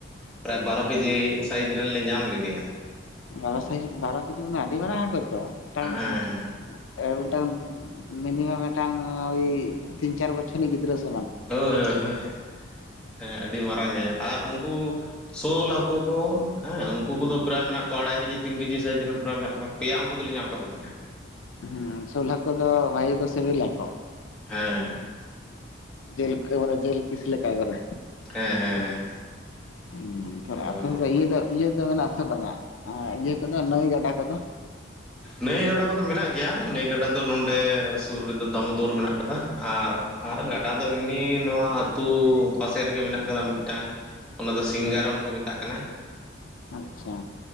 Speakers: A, in the centre; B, on the left (about 80°).
A: ᱯᱨᱟᱭ ᱵᱟᱨᱚ ᱠᱮᱡᱤ ᱥᱟᱭᱤᱡᱽ ᱨᱮᱱ ᱞᱮ ᱧᱟᱢ ᱞᱮᱫᱮᱭᱟ
B: ᱵᱟᱨᱚ ᱥᱟᱭᱤᱡᱽ ᱵᱟᱨᱚ ᱠᱮᱡᱤ ᱢᱟᱱᱮ ᱟᱹᱰᱤ ᱢᱟᱨᱟᱝ ᱦᱟᱹᱠᱩ ᱛᱚ ᱢᱤᱫᱴᱟᱝ
A: ᱦᱮᱸ ᱦᱮᱸ
B: ᱮ ᱢᱤᱫᱴᱟᱝ ᱢᱤᱱᱤᱢᱟᱢ ᱢᱤᱫᱴᱟᱝ ᱳᱭ ᱛᱤᱱ ᱪᱟᱨ ᱵᱚᱪᱷᱚᱨᱮᱱᱤᱡ ᱜᱤᱫᱽᱨᱟᱹᱥ
A: ᱦᱳᱭ ᱦᱳᱭ ᱦᱳᱭ ᱦᱮᱜ <inaudible> ᱦᱮᱸ ᱟᱹᱰᱤ ᱢᱟᱨᱟᱝ ᱜᱮ ᱟᱨ ᱩᱱᱠᱩ ᱥᱳᱞ ᱦᱟᱹᱠᱩ ᱠᱚ ᱦᱮᱸ ᱩᱱᱠᱩ
B: ᱦᱩᱸ
A: ᱠᱚᱫᱚ ᱯᱨᱟᱭ ᱢᱮᱱᱟᱜ ᱠᱚᱣᱟ ᱟᱲᱟᱭ ᱠᱮᱡᱤ ᱛᱤᱱ ᱠᱮᱡᱤ ᱥᱟᱭᱤᱡ ᱨᱮᱱ ᱯᱨᱟᱭ ᱢᱮᱱᱟᱜ ᱠᱚᱣᱟ, ᱯᱮᱭᱟ ᱩᱱᱠᱩ ᱫᱚᱞᱤᱧ ᱧᱟᱢ ᱟᱠᱟᱫ ᱠᱩ ᱛᱟᱦᱮᱱᱟ
B: ᱦᱩᱸ ᱥᱳᱞᱦᱟᱠᱩ ᱫᱚ ᱵᱷᱟᱜᱮ ᱠᱚ ᱥᱤᱵᱤᱞ ᱞᱟ ᱠᱚ?
A: ᱦᱮᱸ
B: <unintelligible> ᱫᱤᱞᱠᱟᱹ ᱵᱟᱨᱮ ᱡᱤᱞ ᱯᱤᱥ ᱞᱮᱠᱟ <inaudible> ᱵᱟᱨᱮ
A: ᱦᱮᱸ ᱦᱮᱸ ᱦᱮᱸ
B: ᱦᱩ ᱛᱷᱚᱨ
A: ᱟᱫᱚ
B: ᱟᱯᱮ ᱤᱭᱟᱹ ᱫᱚ ᱤᱭᱟᱹ ᱫᱚ ᱢᱮᱱᱟᱜ-ᱟ ᱥᱮ ᱵᱟᱝ ᱟ ᱤᱭᱟᱹ ᱠᱚᱫᱚ ᱱᱟᱹᱭ ᱜᱟᱰᱟ ᱠᱚᱫᱚ
A: ᱱᱟᱹᱭ ᱜᱟᱰᱟ ᱠᱚᱫᱚ ᱢᱮᱱᱟᱜ ᱜᱮᱭᱟ ᱱᱟᱹᱭ ᱜᱟᱰᱟ ᱫᱚ ᱱᱚᱸᱰᱮ ᱥᱩᱨ ᱨᱮᱫᱚ ᱫᱟᱢᱳᱫᱚᱨ ᱢᱮᱱᱟᱜ ᱠᱟᱫᱟ ᱟᱨ ᱟᱨ ᱜᱟᱰᱟ ᱫᱚ ᱮᱢᱱᱤ ᱱᱚᱣᱟ ᱟᱹᱛᱩ ᱯᱟᱥᱮ ᱨᱮᱜᱮ ᱢᱮᱱᱟᱜ ᱠᱟᱫᱟ ᱢᱤᱫᱴᱟᱝ ᱚᱱᱟ ᱫᱚ ᱥᱤᱝᱜᱟᱨᱚᱱ ᱠᱚ ᱢᱮᱛᱟᱜ ᱠᱟᱱᱟ
B: ᱟᱪᱪᱷᱟ